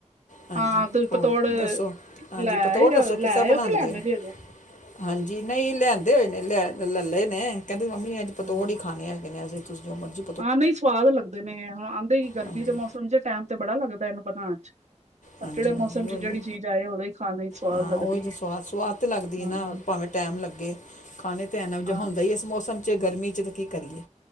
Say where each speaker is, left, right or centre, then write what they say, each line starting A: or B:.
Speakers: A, on the left (about 85°); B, on the right (about 65°).
A: ਹਾਂਜੀ
B: ਹਾਂ, ਤੁਈ ਪਤੋੜ
A: ਹੋਰ
B: ਲੈ,
A: ਦੱਸੋ ਹਾਂਜੀ ਪਤੋੜ ਦੱਸੋ
B: ਲੈਯੋ
A: ਕਿਸ ਤਰ੍ਹਾਂ ਬਣਾਉਂਦੇ
B: ਕੇ ਲੈਣੇ
A: ਆ
B: ਜੇ ਹਜੇ।
A: ਹਾਂਜੀ ਨਈ ਲਿਆਂਦੇ ਹੋਏ ਨੇ ਲੈ, ਲੱਲੇ ਨੇ ਕੈਂਦੀ ਮੰਮੀ ਏਂਝ ਪਤੋੜ
B: ਹਾਂ
A: ਈ ਖਾਣੇ ਹੈਗੇ ਨੇ ਅੱਜ ਤੁਸੀ ਜੋ ਮਰਜੀ
B: ਹਾਂ ਨਈ ਸਵਾਦ ਲੱਗਦੇ ਨੇ। ਹਾਂ ਆਂਦੇ ਈ ਗਰਮੀ
A: ਹਾਂਜੀ
B: ਦੇ ਮੌਸਮ 'ਚ। ਟੈਮ ਤੇ ਬੜਾ ਲੱਗਦੈ ਏਨੂੰ ਬਣਾਣ 'ਚ। ਪਰ
A: ਹਾਂਜੀ
B: ਕੇੜੇ
A: ਹਾਂਜੀ
B: ਮੌਸਮ 'ਚ
A: ਹੋਈ
B: ਜੇੜੀ
A: ਨਾ
B: ਚੀਜ਼ ਆਏ ਓਦੋਂ ਈ ਖਾਣੇ 'ਚ ਸਵਾਦ
A: ਹਾਂ
B: ਲੱਗਦੀ
A: ਉਹੀ ਤਾਂ
B: ਏ।
A: ਸਵਾਦ ਸਵਾਦ ਤੇ ਲੱਗਦੀ
B: ਹੂੰ।
A: ਹੈ ਨਾ ਭਾਵੇਂ ਟੈਮ ਲੱਗੇ ਖਾਣੇ ਤੇ ਐਣਾ ਜ
B: ਹਾਂ
A: ਬਣਦਾ ਈ ਏਸ ਮੋਸਮ 'ਚ ਗਰਮੀ 'ਚ ਤ ਕੀ ਕਰੀਏ